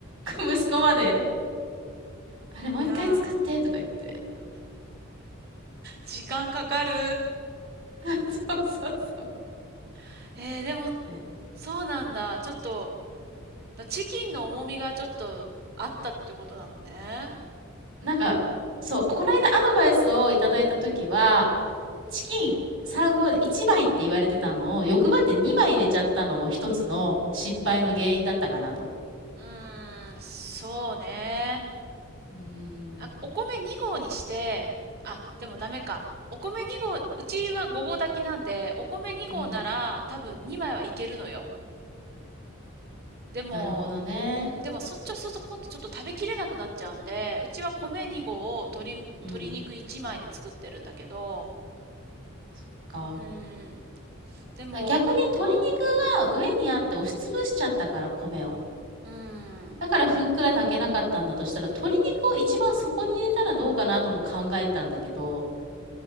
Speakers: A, on the right; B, on the right.
A: 息子まで、あれもう一回作ってとか言って。
B: いやー。時間かかる。
A: そうそうそう。
B: <laughs> えー、でも、
A: で、
B: そうなんだ。ちょっと、だチキンの重みがちょっとあったってことなのね。
A: なんか、そう、
B: うーん。
A: この間アドバイスをいただいた時は、チキン3号で1枚って言われてたのを欲張って2枚入れちゃったのも一つの失敗の原因だったかなと。
B: うーん、そうね。
A: うー
B: あ、
A: ん、
B: お米2合にして、あ、でもダメか。お米2合、うちは5合炊きなんで、お米2合なら多分2枚はいけるのよ。
A: うん、
B: でも、
A: なるほどね。
B: うん、でもそっちをそうすると今度ちょっと食べきれなくなっちゃうんで、うちは米2合を鶏、鶏肉1枚で作ってるんだけど、
A: うん、そっか。
B: うん、でもな、
A: だ逆に鶏肉が上にあって押しつぶしちゃったから米を。
B: うーん。
A: だからふっくら炊けなかったんだとしたら、鶏肉を一番底に入れたらどうかなとも考えたんだけど、